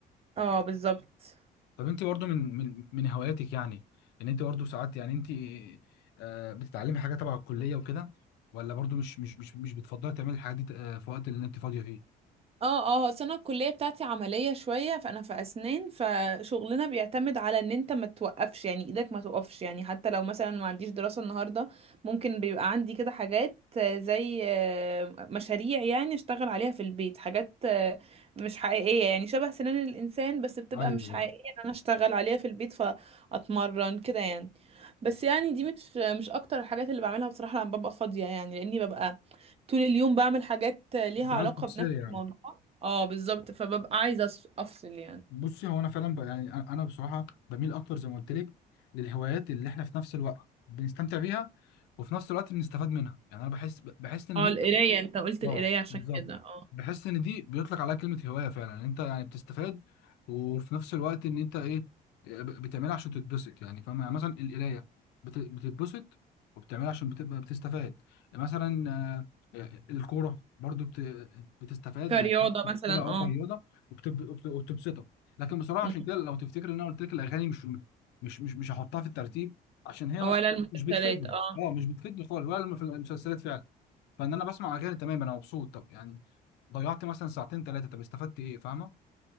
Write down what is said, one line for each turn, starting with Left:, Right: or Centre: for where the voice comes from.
Right: اه بالظبط
Left: طب انت برضو من من من هواياتك يعني ان انت برضو ساعات يعني انت آه، بتتعلمي حاجه تبع الكليه وكده ولا برضو مش مش مش مش بتفضلي تعملي الحاجات دي آه، في وقت اللي انت فاضيه فيه
Right: اه اه السنة الكلية بتاعتي عملية شوية فأنا في أسنان فشغلنا بيعتمد على إن أنت ما توقفش يعني إيدك ما توقفش يعني حتى لو مثلا ما عنديش دراسة النهاردة ممكن بيبقى عندي كده حاجات آه، زي آه، مشاريع يعني أشتغل عليها في البيت حاجات آه، مش حقيقية يعني شبه سنان الإنسان بس بتبقى
Left: ايوه
Right: مش
Left: ايوه
Right: حقيقية إن أنا أشتغل عليها في البيت فأتمرن كده يعني بس
Left: بالظبط.
Right: يعني دي مش مش أكتر الحاجات اللي بعملها بصراحة لما ببقى فاضية يعني لأني ببقى طول اليوم بعمل حاجات ليها
Left: انت عايز
Right: علاقة
Left: تفصلي
Right: بنفس
Left: يعني.
Right: الموضوع اه بالظبط فببقى عايزة أص- أفصل يعني
Left: بصي هو انا فعلا ب... يعني أ- انا بصراحه بميل اكتر زي ما قلت لك للهوايات اللي احنا في نفس الوقت بنستمتع بيها وفي نفس الوقت بنستفاد منها يعني انا بحس بحس ان
Right: اه
Left: دي
Right: القراية انت قلت القراية
Left: اه
Right: عشان
Left: بالظبط
Right: كده اه
Left: بحس ان دي بيطلق عليها كلمه هوايه فعلا إن انت يعني بتستفاد وفي نفس الوقت ان انت ايه ب- بتعملها عشان تتبسط يعني فاهم يعني مثلا القرايه بت- بتتبسط وبتعملها عشان بتبقى بتستفاد مثلا آه، آه، الكوره برضو بت- بتستفاد
Right: كرياضة
Left: يعني
Right: مثلا
Left: كده او كرياضه
Right: اه
Left: وبتب- وبت- وبتبسطك لكن بصراحه
Right: مم.
Left: عشان كده لو تفتكر ان انا قلت لك الاغاني مش مش مش مش هحطها في الترتيب عشان هي
Right: ولا المسلسلات
Left: مش بتفيدني
Right: اه
Left: اه مش بتفيدني خالص ولا لما في المسلسلات فعلا فان انا بسمع اغاني تمام انا مبسوط طب يعني ضيعت مثلا ساعتين ثلاثه طب استفدت ايه فاهمه